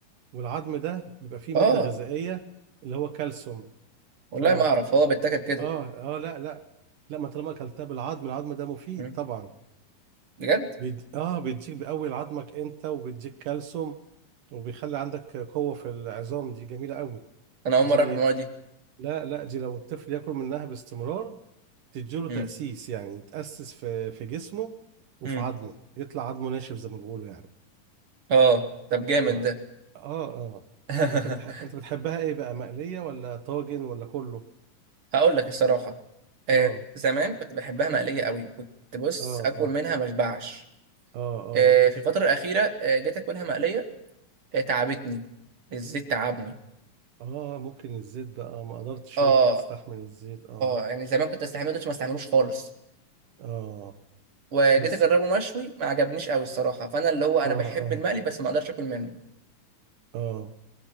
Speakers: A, on the right; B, on the right.
A: والعظم ده بيبقى فيه مادة
B: اه
A: غذائية اللي هو كالسيوم
B: والله
A: ف
B: ما اعرف هو بيتاكل كده
A: اه اه لا لا لا ما طالما اكلتها بالعظم العظم ده مفيد
B: مم.
A: طبعا
B: بجد
A: بيد... اه بيديك بيقوي عظمك انت وبيديك كالسيوم وبيخلي عندك قوة في العظام دي جميلة قوي
B: انا اول
A: دي
B: مره اعرف المواد دي
A: لا لا دي لو الطفل ياكل منها باستمرار تديله
B: مم.
A: تأسيس يعني يتأسس في في جسمه وفي
B: مم.
A: عظمه يطلع عظمه ناشف زي ما بيقولوا يعني
B: اه طب جامد
A: اه
B: ده
A: اه اه
B: <laughs>
A: انت بتح... انت بتحبها ايه بقى مقلية ولا طاجن ولا كله
B: هقول لك الصراحه آه
A: اه
B: زمان كنت بحبها مقليه قوي كنت بص
A: اه
B: اكل
A: اه
B: منها ما اشبعش
A: اه اه
B: آه في الفتره الاخيره آه جيت اكلها مقليه آه تعبتني الزيت تعبني
A: اه ممكن الزيت بقى ما قدرتش
B: اه
A: انت تستحمل
B: اه
A: الزيت اه
B: آه، يعني زمان كنت استحمله دلوقتي ما استحملوش خالص
A: اه
B: وجيت
A: بس
B: اجربه مشوي ما عجبنيش قوي الصراحه فانا اللي هو انا
A: اه
B: بحب
A: اه
B: المقلي بس ما اقدرش اكل منه
A: اه